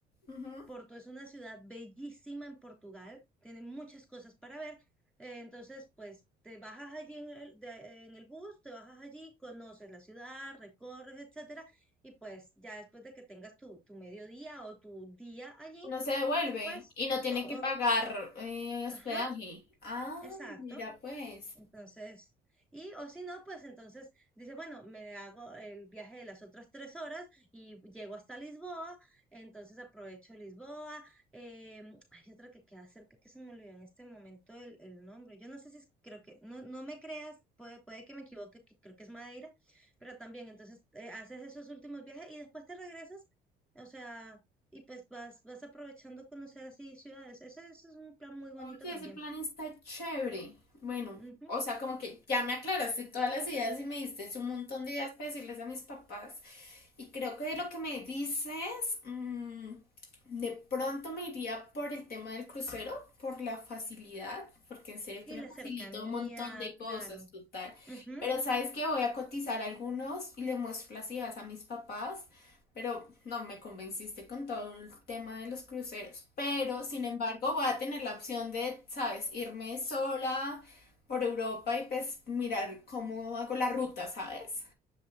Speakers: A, on the left; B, in the centre.
A: ujú.
B: Porto es una ciudad bellísima en Portugal, tienen muchas cosas para ver. Eh, entonces, pues te bajas allí en el, de- en el bus, te bajas allí, conoces la ciudad, recorres, etcétera, y pues ya después de que tengas tu, tu mediodía o tu día allí,
A: Uno se devuelve
B: pues
A: y no tiene
B: todo,
A: que pagar eh, hospedaje.
B: ajá.
A: Ah,
B: Exacto.
A: mira pues.
B: Entonces, y o si no, pues entonces dice, bueno, me hago el viaje de las otras tres horas y llego hasta Lisboa, entonces aprovecho Lisboa. em, hay otra que queda cerca que se me olvidó en este momento el, el nombre. Yo no sé si es- creo que, no, no me creas, puede, puede que me equivoque, que creo que es Madeira, pero también entonces eh, haces esos últimos viajes y después te regresas, o sea, y pues vas, vas aprovechando conocer así ciudades. Ese, ese es un plan muy bonito
A: Oye,
B: también.
A: ese plan está chévere. Bueno,
B: Ujú.
A: o sea, como que ya me aclaraste todas las ideas y me diste un montón de ideas para decirles a mis papás. Y creo que de lo que me dices, mm, de pronto me iría por el tema del crucero, por la facilidad, porque en serio
B: Y
A: que me
B: la
A: facilita
B: cercanía,
A: un montón de cosas,
B: claro.
A: total.
B: Ujú.
A: Pero sabes que voy a cotizar algunos y le muestro las ideas a mis papás pero no me convenciste con todo el tema de los cruceros. Pero, sin embargo, voy a tener la opción de, ¿sabes? Irme sola por Europa y pues mirar cómo hago la ruta, ¿sabes?